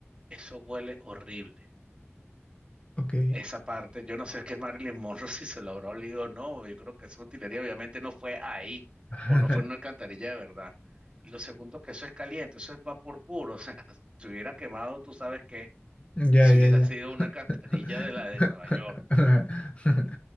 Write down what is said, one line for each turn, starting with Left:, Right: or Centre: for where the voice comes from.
Right: eso huele horrible.
Left: Ok.
Right: Esa parte, yo no sé qué Marilyn Monroe <laughs> si se lo habrá olido o no, yo creo que esa utilería obviamente no fue ahí
Left: <laughs>
Right: o no fue en una alcantarilla de verdad. Y lo segundo, que eso es caliente, eso es vapor puro, o sea, <laughs> si hubiera quemado, tú sabes que
Left: Ya,
Right: si
Left: ya,
Right: hubiera
Left: ya.
Right: sido
Left: <laughs>
Right: una alcantarilla de la de Nueva York.